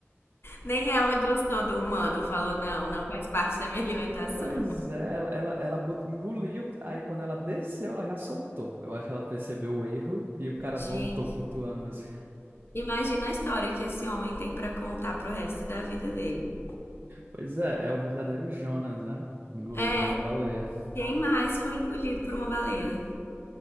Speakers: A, on the left (about 55°); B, on the right (about 45°).
A: Nem ela gostou do humano, falou, não, não faz parte da minha alimentação.
B: Pois é, ela, ela, ela bot- engoliu, aí quando ela desceu, ela já soltou. Eu acho que ela percebeu o erro e o cara
A: <laughs> Gente,
B: voltou flutuando assim.
A: imagina a história que esse homem tem pra contar pro resto da vida dele.
B: Pois é, é o verdadeiro Jonas, né? Engolido
A: É,
B: pela baleia. <laughs>
A: Quem mais foi engolido por uma baleia?